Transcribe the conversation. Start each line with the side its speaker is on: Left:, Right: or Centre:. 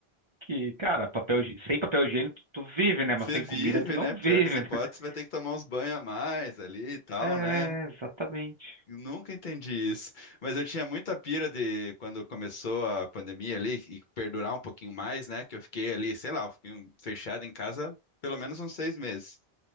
Right: que, cara, papel, higi- sem papel higiênico tu, tu vive, né?
Left: Você
Right: Mas sem
Left: vive,
Right: comida tu não
Left: né? Pior
Right: vive,
Left: das hipóteses,
Right: né? <laughs>
Left: vai ter que tomar uns banhos a mais ali e tal,
Right: É,
Left: né?
Right: exatamente.
Left: Eu nunca entendi isso. Mas eu tinha muita pira de quando começou a pandemia ali e perdurar um pouquinho mais, né? Que eu fiquei ali, sei lá, eu fiquei um- fechado em casa pelo menos uns seis meses.